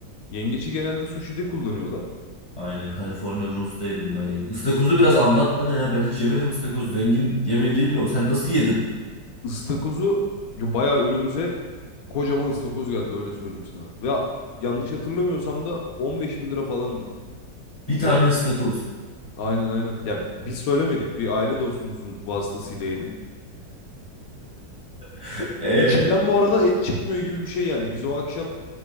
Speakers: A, on the left; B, on the left.
A: Yengeci genelde sushi'de kullanıyorlar.
B: Aynen California Rolls'ta yedim ben. yenge. Istakozu biraz anlat bana ya. Ben hiç yemedim ıstakoz. Zengin yemeği değil mi o? Sen nasıl yedin?
A: Istakozu ya bayağı önümüze kocaman ıstakoz geldi öyle söyleyeyim sana. Ve yanlış hatırlamıyorsam da 15 bin lira falandı
B: Bir
A: fiyatı.
B: tane ıstakoz.
A: Aynen aynen. Ya biz söylemedik bir aile dostumuzun vasıtasıyla yedim.
B: <laughs>
A: İçinden
B: Ee?
A: bu arada et çıkmıyor gibi bir şey yani. Biz o akşam